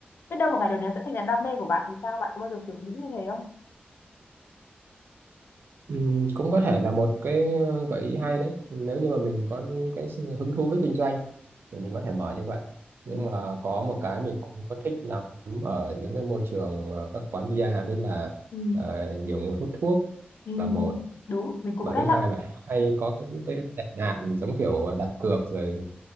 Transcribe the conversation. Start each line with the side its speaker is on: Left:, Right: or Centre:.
Left: biết đâu một ngày nào đấy nó sẽ thành là đam mê của bạn thì sao bạn có bao giờ kiểu nghĩ như thế không?
Right: ừ, cũng có thể là một cái ờ, gợi ý hay đấy nếu như mà mình có cái sự hứng thú với kinh doanh thì mình có thể mở như vậy
Left: Ừ.
Right: nhưng mà có một cái mình không có thích lắm ở những cái môi trường ờ, các quán bia đấy là
Left: Ừ.
Right: ờ, nhiều người hút thuốc
Left: Ừ,
Right: là một
Left: đúng mình cũng
Right: và thứ
Left: ghét
Right: hai
Left: lắm
Right: là hay có cái cái tệ nạn giống kiểu đặt cược rồi